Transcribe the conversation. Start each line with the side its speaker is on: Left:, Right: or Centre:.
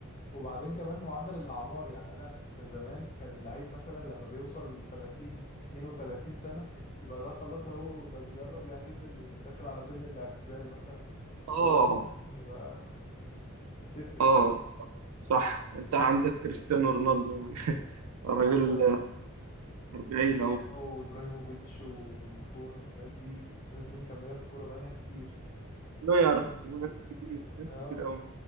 Left: وبعدين كمان معدل الأعمار يعني انا زمان كان اللعيب مثلا لما بيوصل 30 32 سنة يبقى ده خلاص اهو ده بيقرب يعتزل وداخل على سن الاعتزال مثلا
Right: اه
Left: دلوقتي حاسس ان بقى بتفرق
Right: اه صح انت عندك كريستيانو رونالدو يعني <laughs> راجل
Left: مثلا
Right: 40
Left: كريستيانو
Right: اهو
Left: وابراهيموفيتش وبوفون والناس دي الناس دي مكمله في الكوره بقالها كتير
Right: نوير
Left: وبعدين
Right: وناس كتير ناس
Left: اه
Right: كتير قوي